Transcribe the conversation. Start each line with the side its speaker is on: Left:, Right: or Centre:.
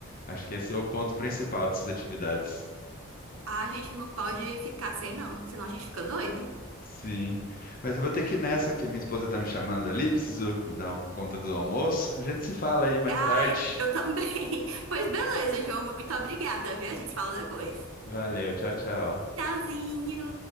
Left: Acho que esse é o ponto principal dessas atividades.
Right: A gente não pode ficar sem, não, senão a gente fica doido.
Left: Sim. Mas eu vou ter que ir nessa, que a minha esposa tá me chamando ali, preciso dar conta do almoço. A gente se fala aí mais
Right: Ah,
Left: tarde.
Right: eu também. <laughs> Pois beleza, João, muito obrigada, viu? A gente se fala depois.
Left: Valeu, tchau, tchau.
Right: Tchauzinho!